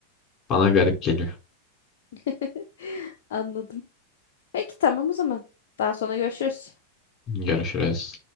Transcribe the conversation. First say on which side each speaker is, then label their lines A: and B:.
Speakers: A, on the left; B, on the left.
A: bana garip geliyor.
B: <laughs> Anladım. Peki tamam o zaman. Daha sonra görüşürüz.
A: Görüşürüz.